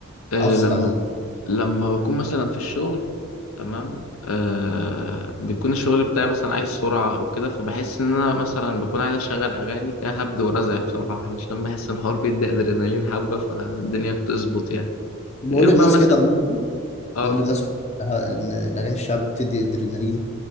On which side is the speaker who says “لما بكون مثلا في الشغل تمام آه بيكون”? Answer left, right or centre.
Left